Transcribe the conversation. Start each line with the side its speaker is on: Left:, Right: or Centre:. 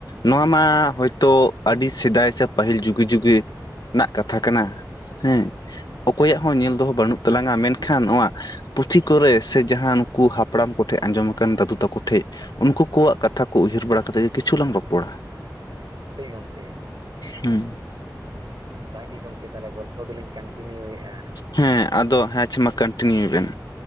Left: ᱱᱚᱣᱟ ᱢᱟ ᱦᱚᱭᱛᱚ ᱟᱹᱰᱤ ᱥᱮᱫᱟᱭ ᱥᱮ ᱯᱟᱹᱦᱤᱞ ᱡᱩᱜᱤ ᱡᱩᱜᱤ ᱨᱮᱱᱟᱜ ᱠᱟᱛᱷᱟ ᱠᱟᱱᱟ᱾ ᱦᱮᱸ
Right: ᱦᱳᱭ
Left: ᱚᱠᱚᱭᱟᱜᱼᱼ ᱧᱮᱞ ᱫᱚᱦᱚ ᱵᱟᱹᱱᱩᱜ ᱛᱟᱞᱟᱝᱟ ᱢᱮᱱᱠᱷᱟᱱ ᱱᱚᱣᱟ ᱯᱩᱛᱷᱤ ᱠᱚᱨᱮ ᱥᱮ ᱡᱟᱦᱟᱸ ᱱᱩᱠᱩ ᱦᱟᱯᱲᱟᱢ ᱠᱚᱼᱼ ᱴᱷᱮᱱ ᱟᱸᱡᱚᱢ ᱟᱠᱟᱱ ᱫᱟᱫᱩ ᱛᱟᱠᱚ ᱴᱷᱮᱱ ᱩᱱᱠᱩ ᱠᱚᱣᱟᱜ ᱠᱟᱛᱷᱟ ᱠᱚ ᱩᱭᱦᱟᱹᱨ ᱵᱟᱲᱟ ᱠᱟᱛᱮ ᱜᱮ ᱠᱤᱪᱷᱩ ᱞᱟᱝ ᱨᱚᱯᱚᱲᱟ᱾
Right: ᱦᱳᱭ ᱜᱚᱢᱠᱮ
Left: ᱦᱮᱸᱻ
Right: ᱟᱨ ᱡᱟᱜᱮ ᱜᱚᱢᱠᱮ ᱛᱟᱦᱚᱞᱮ ᱜᱚᱞᱯᱚ ᱫᱚᱞᱤᱧ ᱠᱚᱱᱴᱤ ᱱᱤᱭᱩᱮᱫᱼᱟ᱾
Left: ᱦᱮᱸ ᱟᱫᱚ ᱦᱮᱸ ᱟᱪᱪᱷᱟ ᱢᱟ ᱠᱚᱱᱴᱤᱱᱤᱭᱩ ᱵᱮᱱ?